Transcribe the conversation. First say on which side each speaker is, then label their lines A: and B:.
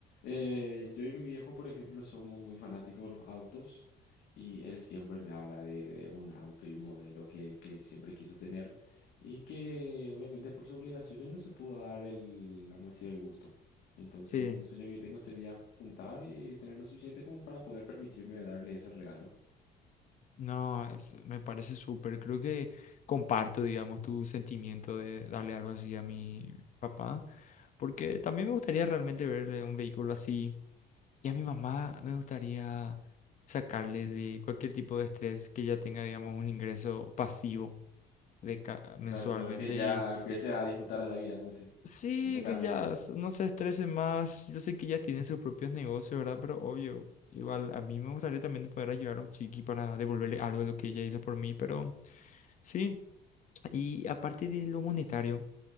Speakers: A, on the left (about 70°); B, on the left (about 45°).
A: eh, yo y mi viejo, por ejemplo, somos muy fanáticos de los autos y él siempre me habla de, de un auto y un modelo que, que siempre quiso tener y que obviamente por sus obligaciones no se pudo dar el, vamos a decir, el gusto. Entonces,
B: Sí,
A: un sueño que yo tengo sería juntar y tener lo suficiente como para poder permitirme darle ese regalo.
B: no, es- me parece súper. Creo que comparto, digamos, tu sentimiento de darle algo así a mi papá, porque también me gustaría realmente verle un vehículo así. Y a mi mamá me gustaría sacarle de cualquier tipo de estrés que ella tenga, digamos, un ingreso pasivo de ca- mensualmente.
A: Claro, claro, que ya
B: Y
A: empiece a disfrutar de la vida, vamos a decir,
B: sí,
A: netamente.
B: que ya s- no se estrese más. Yo sé que ya tienen sus propios negocios, ¿verdad? Pero obvio, igual a mí me gustaría también poder ayudar a un chiqui para devolverle algo de lo que ella hizo por mí. Pero sí, y aparte de lo monetario.